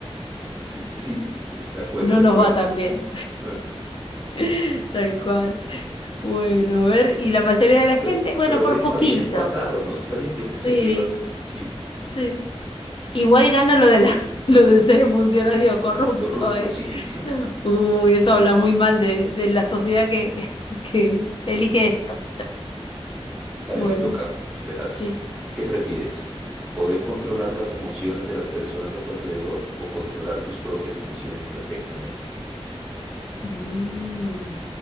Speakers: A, in the centre; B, on the left.
A: Sí, de acuerdo,
B: No
A: de
B: nos
A: acuerdo.
B: va tan bien.
A: Eh,
B: <laughs> Tal cual. Bueno, a ver, y la mayoría de la gente,
A: pe-
B: bueno,
A: Pero,
B: por
A: ve, está
B: poquito.
A: bien empatado, ¿no? Está bien. Yo pensé
B: Sí,
A: que iba a ser, sí,
B: sí. Igual gana lo de la, <laughs> lo de ser funcionario corrupto,
A: corrupto,
B: ¿eh?
A: sí. <laughs>
B: Uy, eso habla muy mal de, de la sociedad que, <laughs> que elige esto.
A: Dale,
B: Bueno,
A: me toca. Verás,
B: sí.
A: ¿qué prefieres? ¿Poder controlar las emociones de las personas a tu alrededor o controlar tus propias emociones perfectamente?
B: Mm.